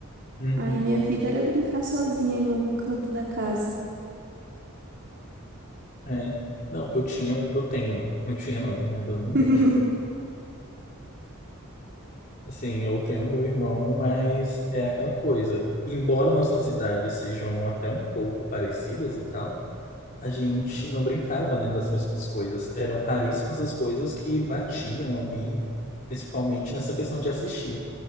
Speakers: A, on the left (about 40°); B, on the right (about 55°).
A: Uhum,
B: Aí minha vida era brincar sozinha em algum canto da casa.
A: é. Não, eu tinha, eu tenho, né? Não tinha, não, meu irmão ainda não morreu.
B: <laughs>
A: Assim, eu tenho meu irmão, mas é aquela coisa. Embora nossas idades sejam até um pouco parecidas e tal. a gente não brincava, né, das mesmas coisas. Eram raríssimas as coisas que batiam ali, principalmente nessa questão de assistir.